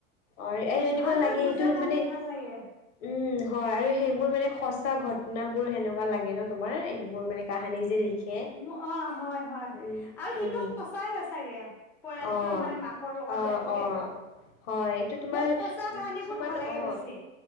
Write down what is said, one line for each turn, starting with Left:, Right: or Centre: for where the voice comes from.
Left: অহ এই এনেকুৱা
Centre: ভাল
Left: লাগে
Centre: কৰি বুজা
Left: সেইটো
Centre: কাৰনে
Left: মানে,
Centre: ভাল লাগে
Left: উম হয় আৰু সেইবোৰ মানে সচা ঘটনাবোৰ সেনেকুৱা লাগে ন। তোমাৰ এইবোৰ মানে কাহানী যে লিখে।
Centre: মো অ হয়। হয়
Left: উম
Centre: আৰু সিটো
Left: উম
Centre: সঁচাই হয় চাগে, পয়েকটো
Left: অ
Centre: মানে মাকৰ লগত
Left: অ
Centre: যাই থাকে।
Left: অ হয় এইটো তোমাৰ
Centre: মোক সঁচা কাহানীবোৰ
Left: কিছুমান
Centre: ভাল লাগে
Left: অ।
Centre: বেছি